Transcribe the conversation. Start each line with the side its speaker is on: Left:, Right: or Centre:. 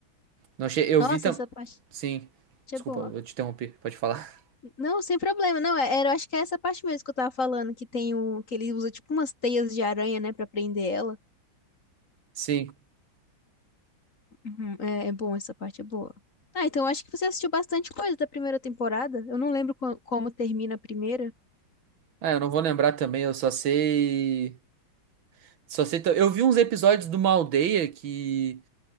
Right: Não che... Eu
Left: Nossa,
Right: vi também.
Left: essa parte
Right: Sim. Desculpa,
Left: é boa.
Right: eu te interrompi, pode falar.
Left: Não, sem problema. Não, é- era, acho que é essa parte mesmo que eu tava falando, que tem o que ele usa tipo umas teias de aranha, né, pra prender ela.
Right: <laughs> Sim.
Left: Uhum, É, é bom, essa parte é boa. Ah, então eu acho que você assistiu bastante coisa da primeira temporada. Eu não lembro co- como termina a primeira.
Right: Ah, eu não vou lembrar também, eu só sei. Só sei. ta- Eu vi uns episódios de uma aldeia que.